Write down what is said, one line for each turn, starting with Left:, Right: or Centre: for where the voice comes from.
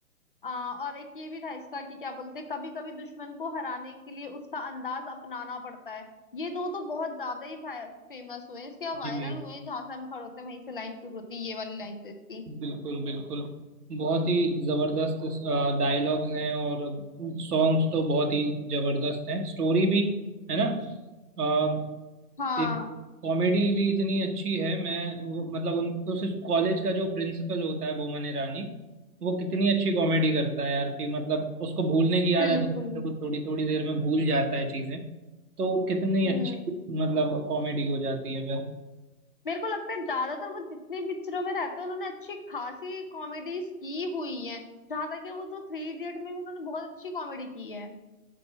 Left: आ, और एक ये भी था इसका कि क्या बोलते कभी कभी दुश्मन को हराने के लिए उसका अंदाज अपनाना पड़ता है ये दो तो बहुत ज्यादा ही फेमस हुए हैं इसके वायरल
Right: जी
Left: हुए हैं जहां से हम खड़े होते हैं वहीं से लाइन शुरू होती है ये वाली लाइन तो इसकी
Right: बिल्कुल बिल्कुल बहुत ही जबरदस्त डायलॉग्स हैं और सॉन्ग्स तो बहुत ही जबरदस्त हैं स्टोरी भी है ना अ,
Left: हाँ
Right: एक कॉमेडी भी इतनी अच्छी है मैं वो मतलब उन उस कॉलेज का जो प्रिंसिपल होता है बोमन ईरानी वो कितनी अच्छी कॉमेडी करता है यार कि मतलब उसको भूलने की
Left: बिल्कुल
Right: आदत होती है वो थोड़ी थोड़ी देर में भूल जाता है चीजें तो कितनी
Left: हम्म
Right: अच्छी मतलब कॉमेडी हो जाती है फिर
Left: मेरे को लगता है ज्यादातर वो जितनी पिक्चरों में रहते हैं उन्होंने अच्छी खासी कॉमेडीज की हुई है जहां तक कि वो तो थ्री इडियट में भी उन्होंने बहुत अच्छी कॉमेडी की है